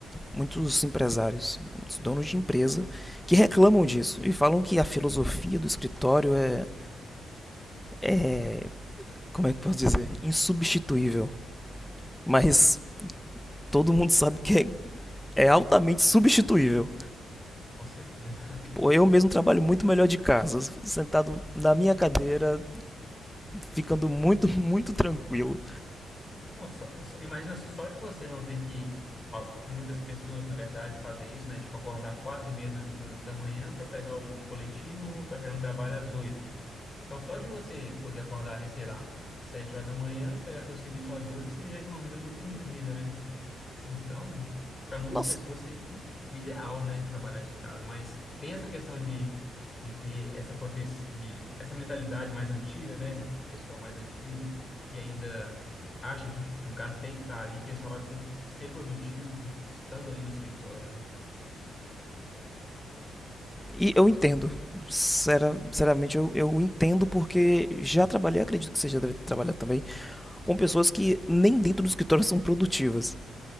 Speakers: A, in the centre; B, on the left.
A: muitos empresários, muitos donos de empresa, que reclamam disso e falam que a filosofia do escritório é, é como é que eu posso dizer, insubstituível. Mas todo mundo sabe que é, é altamente substituível.
B: Com certeza. <laughs>
A: Pô, eu mesmo trabalho muito melhor de casa, sentado na minha cadeira, ficando muito, <laughs> muito tranquilo.
B: Não, só, só- imagina só de você não ter que. al- Muitas pessoas, na verdade, fazem isso, né? Tipo, acordar quatro e meia da, da da manhã para pegar o coletivo, para chegar no trabalho às oito. Então, só de você poder acordar ali, sei lá, sete horas da manhã e pegar seu serviço às oito, você já economiza muito tempo de vida, né? Então, para muitas
A: Nossa,
B: pessoas seria o ideal, né, trabalhar de casa, mas tem essa questão de, de ter essa prote... de essa mentalidade mais antiga, né, o pessoal mais antigo que ainda acha que, que o cara tem que estar ali, que ele só vai pro- ser produtivo estando ali no escritório, né?
A: e eu entendo. Sera- Sinceramente, eu, eu entendo porque já trabalhei, acredito que você já deve trabalhar também, com pessoas que nem dentro do escritório são produtivas.